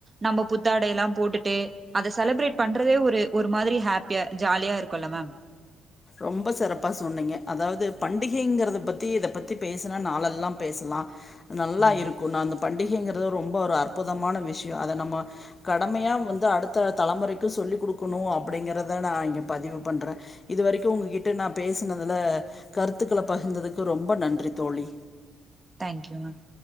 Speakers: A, on the right; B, on the left.
A: நம்ப புத்தாடைலா போட்டுட்டு அத செலப்ரேட் பண்றதே ஒரு ஒரு மாதிரி ஹாப்பியா ஜாலியா இருக்குல்ல மேம்
B: ரொம்ப சிறப்பா சொன்னீங்க அதாவ்து பண்டிகைங்கரத பத் தி இத பத்தி பேசுனா நாளலெல்லா பேசலா நல்லா
A: ம்
B: இருக்கு நா அந்த பண்டிகைங்கிறது ரொம்ப ஒரு அற்புதமான விஷ்ய அத நம்ம கடமையா வந்து அடுத்த தலைமுறைக்கு சொல்லி் குடுக்கணு அப்டிங்கறதா நா இங்க பதிவு பண்றே இது வரைக்கு உங்ககிட்ட நா பேசுனதுல கருத்துக்கள பகிர்ந்ததுக்கு ரொம்ப நன்றி தோழி
A: தேங்க்யூ மேம்